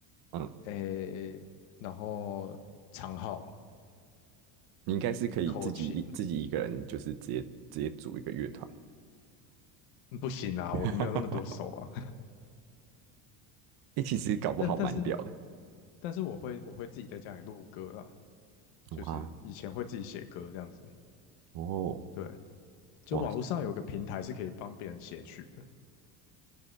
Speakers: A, on the right; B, on the left.
A: 嗯。
B: 诶，然后长号、
A: 你应该是可以自己一自己一个人，
B: 口琴，
A: 就是直接直接组一个乐团。
B: 嗯不行啊，
A: <laughs>
B: 我没有那么多手啊，
A: 哎、其实搞不好蛮屌的。
B: <laughs> 但但是但是我会我会自己在家里录歌啊。就是以前会自己写歌这样子，
A: 哇哦
B: 对，就网络上有个平台是可以帮别人写曲的，
A: 哇，